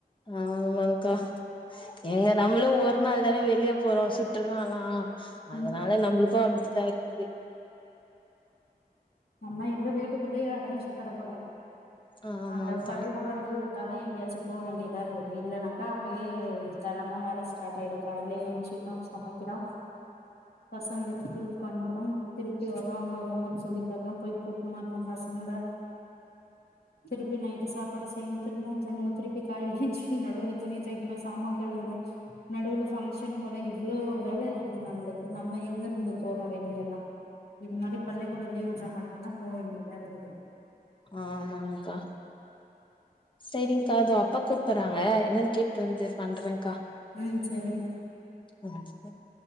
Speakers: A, on the left; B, on the left.
A: ஆ ஆமாங்க்கா ஏங்க நம்மளு ஒரு நாள் தான வெளியப் போறோ சுற்றுலானா அதனால
B: ம்
A: நம்பளுக்கு வந்து டயக்குது
B: நம்ப எங்க வீட்டுக்குள்ளயே அடஞ்சு கெடக்கறோ
A: ஆமாங்க்கா
B: அந்த பள்ளிக்கூ டோ லீவு உட்டாதா எங்கேயாச்சும் போ வேண்டியதா இருக்குது இல்லனாக்கா அப்டே தெனமு வேல ஸ் ஸார்ட் ஆயிடு கால்ல ஏழுந்துச்சிகுறோ சமைக்கிறோ பசங்கள ஸ்கூலுக்கு அனுப்பணு திருப்பி வராங்க ஹோம் ஒர்க் சொல்லி தரணு போயி கூட்னு வரனு பசங்கள திருப்பி நைட்டு சாப்பாடு செய்ணு திரும்பவு தூங்கணு திருப்பி காலையில ஏந்திச்சு நடுவுல துணி தோய்க்கணு சாம்மான் கழுவுனு நடுவுல பங்ஷசன் <unintelligible> அவ்ளோ வேல இருக்கு நம்மளுக்கு நம்ம எங்க இருந்து போறோ வெளிய எல்லா இது மாரி பள்ளிக்கூடோ லீவ் உட்டா மட்டுந்தா போ வேண்டியதா இருக்குது
A: ஆமாங்க்கா சேரிங்க்கா தோ அப்பா கூப்பட்றாங்க என்னன் கேட்டு வந்து பண்றங்க்கா
B: ம் சரி மா
A: ம்